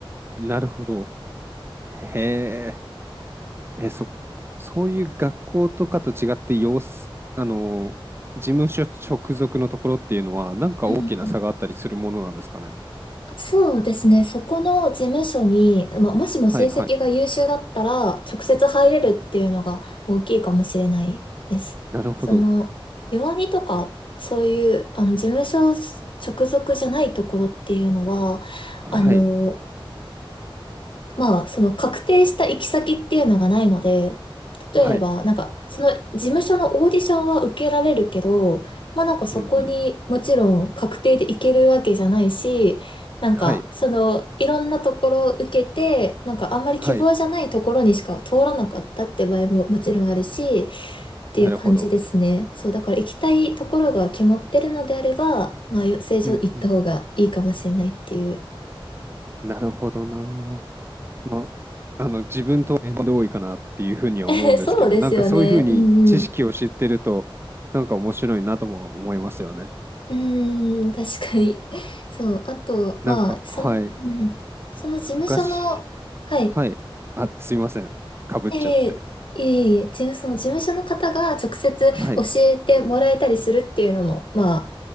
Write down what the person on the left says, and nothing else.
うん。そうですね。そこの事務所に、まあ、もしも成績が優秀だったら、
直接入れるっていうのが大きいかもしれないです。
その、弱アニとか、そういう、あの、事務所直属じゃないところっていうのは、
あの、まあ、その確定した行き先っていうのがないので、例えば、
なんか、その事務所のオーディションは受けられるけど、まあなんかそこにもちろん確定で行けるわけじゃないし、
なんか、
その、いろんなところを受けて、なんかあんまり希望じゃないところにしか通らなかったって場合ももちろんあるし、
っていう感じですね。
そう、だから行きたいところが決まってるのであれば、まあ、正常行った方がいいかもしれないっていう。
<laughs> そうですよね。
うんうん。
うーん、確かに。そう。あと、まあ、
その、
うん。その事務所の、
はい。
ええ、ええ、事務その事務所の方が直接教えてもらえたりするっていうのも、
ま